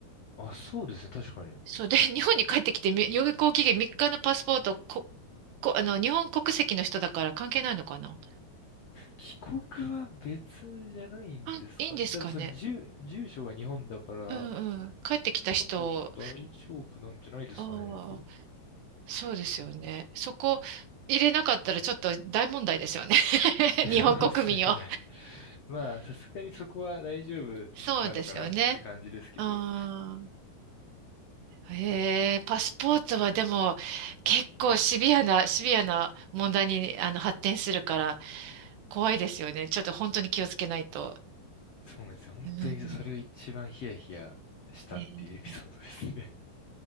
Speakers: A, on the left; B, on the right.
A: あ、そうですね、確かに。
B: そうで、<laughs> 日本に帰ってきてみ有効期限3日のパスポート、こ、こ、あの、日本国籍の人だから関係ないのかな。
A: 帰国は別じゃないんですか多分その住、
B: あ、いいんですかね。
A: 住所が日本だから、
B: うんうん。帰ってきた人、
A: 多分大丈夫なんじゃないですかね。
B: ああ、
A: どう
B: そうですよね。そこ入れなかったらちょっと大問題ですよね。<laughs>
A: <laughs> そうですね。
B: 日本国民を。
A: まあ、さすがにそこは大丈夫なのかなって感じですけど。
B: そうですよね。うーん。へえ、
A: うん
B: パスポートはでも結構シビアな、シビアな問題にあの発展するから怖いですよね。ちょっと本当に気をつけないと。
A: そうなんですよ。本当にそれが一番ヒヤヒヤしたっていうエピソードですね。
B: うん。ね